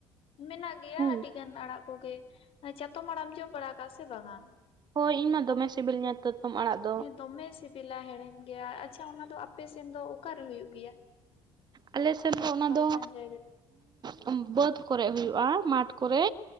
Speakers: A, on the left; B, on the right.
A: ᱢᱮᱱᱟᱜ ᱜᱮᱭᱟ
B: ᱦᱩᱸ
A: ᱟᱹᱰᱤ ᱜᱟᱱ ᱟᱲᱟᱜ ᱠᱚ ᱜᱮ ᱪᱟᱛᱚᱢ ᱟᱲᱟᱜ-ᱮᱢ ᱡᱚᱢ ᱵᱟᱲᱟ ᱟᱠᱟᱜᱼᱟ ᱥᱮ ᱵᱟᱝᱟ
B: ᱦᱳᱭ ᱤᱧ ᱢᱟ ᱫᱚᱢᱮ ᱥᱤᱵᱤᱞᱤᱧᱟ ᱛᱮᱛᱚᱢ ᱟᱲᱟᱜ ᱫᱚ
A: ᱦᱮᱸ ᱫᱚᱢᱮ ᱥᱤᱵᱤᱞᱟ ᱦᱮᱲᱮᱢ ᱜᱮᱭᱟ ᱟᱪᱪᱷᱟ ᱚᱱᱟ ᱫᱚ ᱟᱯᱮ ᱥᱮᱱ ᱫᱚ ᱚᱠᱟ ᱨᱮ ᱦᱩᱭᱩᱜ ᱜᱮᱭᱟ?
B: ᱟᱞᱮ ᱥᱮᱫ ᱫᱚ ᱚᱱᱟ
A: ᱚᱠᱟ
B: ᱫᱚ
A: ᱞᱮᱠᱟᱱ ᱡᱟᱭᱜᱟ ᱨᱮ?
B: ᱦᱩᱸ ᱵᱟᱹᱫ ᱠᱚᱨᱮ ᱦᱩᱭᱩᱜᱼᱟ ᱢᱟᱴ ᱠᱚᱨᱮ